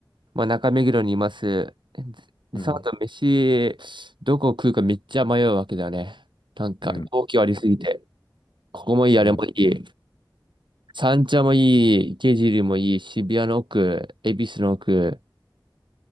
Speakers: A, on the right; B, on the left.
A: まあ、中目黒にいます。で、
B: うん、
A: その後飯、どこ食うかめっちゃ迷うわけだよね。なんか、
B: うん、
A: 東京ありすぎて。ここもいい、
B: うん。
A: あれもいい。三茶もいい、池尻もいい、渋谷の奥、恵比寿の奥、